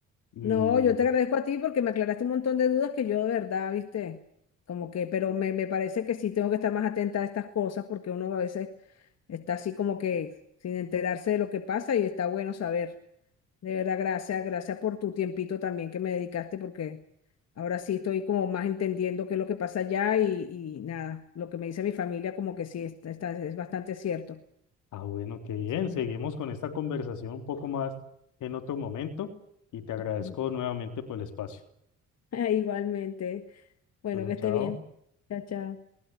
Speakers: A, on the left (about 80°); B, on the left (about 55°).
A: Y,
B: No, yo te agradezco a ti porque me aclaraste un montón de dudas que yo de verdad, viste, como que, pero me, me parece que sí tengo que estar más atenta a estas cosas porque uno a veces está así como que sin enterarse de lo que pasa y está bueno saber. De verdad, gracias, gracias por tu tiempito también que me dedicaste porque ahora sí estoy como más entendiendo qué es lo que pasa allá y, y nada, lo que me dice mi familia como que sí, está, está- es bastante cierto.
A: ah, bueno, qué bien.
B: Sí.
A: Seguimos con esta conversación un poco más en otro momento y te agradezco
B: <laughs>
A: nuevamente por el espacio.
B: Igualmente. Bueno,
A: Bueno,
B: que
A: chao.
B: esté bien. Chao, chao.